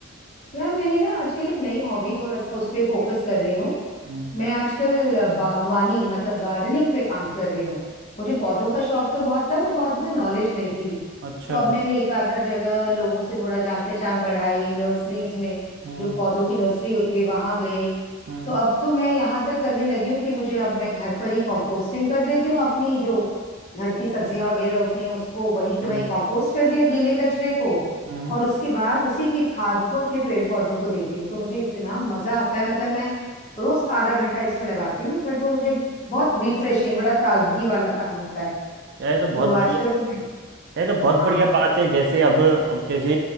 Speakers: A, on the left (about 35°); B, on the right (about 50°).
A: यार मैंने ना आजकल एक नई हॉबी थोड़ा सा उस पे फोकस कर रही हूँ
B: हम्म
A: मैं आजकल बागवानी मतलब गार्डनिंग पे काम कर रही हूँ मुझे पौधों का शौक तो बहुत था बट बहुत ज्यादा नॉलेज नहीं थी
B: अच्छा
A: तो अब मैंने एक आधा जगह लोगों से थोड़ा जान पहचान बढ़ाई नर्सरीज में
B: हम्म
A: जो पौधों की नर्सरी होती है वहां गई
B: हम्म
A: तो अब तो मैं यहाँ तक करने लगी हूँ कि मुझे अब मैं घर पर ही कंपोस्टिंग कर देती हूँ अपनी जो घर की सब्जियां वगैरह होती हैं उसको वहीं के
B: हम्म
A: वहीं कंपोस्ट कर दिया गीले कचरे को
B: हम्म
A: और उसके बाद उसी की खाद को अपने पेड़ पौधों को देती हूँ तो मुझे इतना मजा आता है मतलब मैं रोज का आधा घंटा इसमें लगाती हूँ बट वो मुझे बहुत रिफ्रेशिंग बड़ा ताजगी वाला काम होता है
B: यार ये तो बहुत
A: तो आजकल
B: बढ़िया
A: तो मैं
B: ये तो बहुत
A: हाँ
B: बढ़िया बात है जैसे अब अब जैसे